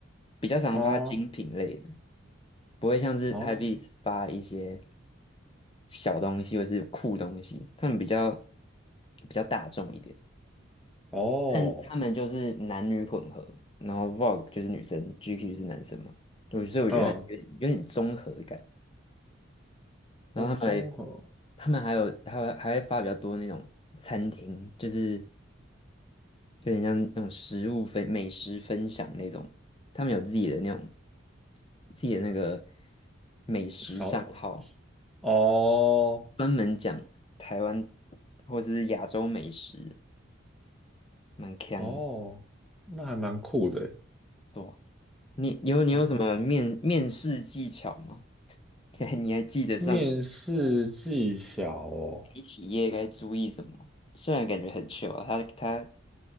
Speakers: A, on the left; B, in the centre.
A: 比较常发精品类的，
B: 哦
A: 不会像是
B: 哦
A: h y p b e a s 发一些小东西或是酷东西，他们比较比较大众一点。
B: 哦，
A: 但他们就是男女混合，然后 Vogue 就是女生，GQ 就是男生嘛，对，所以我觉得他有点有点综合感。
B: 嗯
A: 然后他们还
B: 哦，综合
A: 他们还有还会还会发比较多那种餐厅，就是有点像那种食物分美食分享那种，他们有自己的那种自己的那个美食账号，
B: 小哦
A: 专门讲台湾或者是亚洲美食，蛮强的。
B: 哦，那还蛮酷的耶
A: 对啊你有你有什么面面试技巧吗？
B: 哦。
A: <laughs> 你还你还记得上次
B: 面试技巧哦，
A: 媒体业该注意什么？虽然感觉很 chill 啊，他他